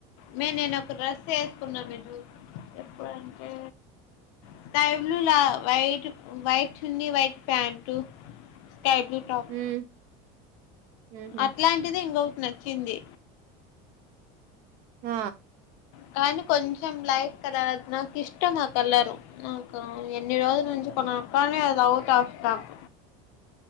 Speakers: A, on the left; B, on the right.
A: మే నేను ఒక డ్రెస్ వేసుకున్నాను మీ ఎప్పుడంటే స్కై బ్లూ వయిట్ వయిట్ చున్ని white Pat sky blue top
B: హ్మ్ ఊహూ
A: అట్లాంటిది ఇంకోటి నచ్చింది
B: ఆ
A: కానీ కొంచెం లైట్ కలర్ అది నాకు ఇష్టం ఆ కలర్ నాకు ఎన్ని రోజుల నుంచి కొనాలి కానీ అది ఔట్ ఆఫ్ స్టాక్